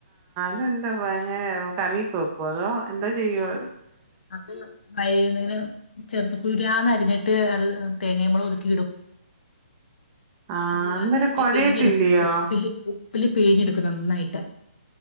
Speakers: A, on the right; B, on the left.
A: ഇതെന്താ വെൽ ങ്ങനെയോ കറങ്ങിക്കോക്കോ അതോ എന്തോ ചെയ്യോ
B: അത് മഴയ്യെണീന് ങ്ങനെ ചെർത്ത് തുരുതുരാന്നരീഞ്ഞിട്ട് അത് തേങ്ങേമൊളും ഒതുക്കി ഇടും
A: ആ
B: ഉതുരുതുരാന്നരിഞ്ഞ്
A: അന്നേരം കൊഴയത്തില്ലയോ
B: പിഴിഞ്ഞെടുക്കും ഉപ്പില് ഉപ് ത്തില് പിഴിഞ്ഞെടുക്കും നന്നായിട്ട്